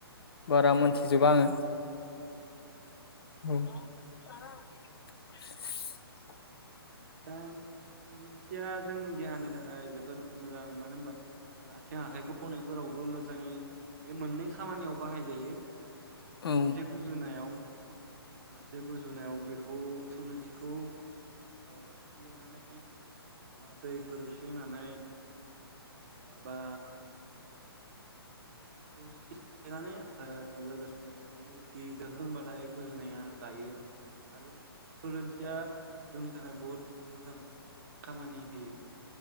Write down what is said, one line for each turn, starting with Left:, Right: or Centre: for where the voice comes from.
Left: बारा मोन्थि थिजोबा आङो
Right: औ
Left: औ <inaudible>
Right: दा थुलुंसिया जोंनि देहानि थाखाय जोबोर मोजां मानो होनबा ओ आथिं आखाइ बौनायफोरावबो मोजांयै बे मोननै खामानियाव बाहायजायो।
Left: औ
Right: मोनसे गुजुनायाव। मोनसे गुजुनायाव बेखौ थुलुंसिखौ ओ सिफ्लेनानै बा दैफोर एसे होनानै ओ बा थुलुंसि सिफ्लेनानै आरो लोगोसे मौसि दोहोंबाथाय गुजुनाया गायो आरो थुलुंसि सिया जोंनि थाखाय बुहुत मोजां। खामानि होयो।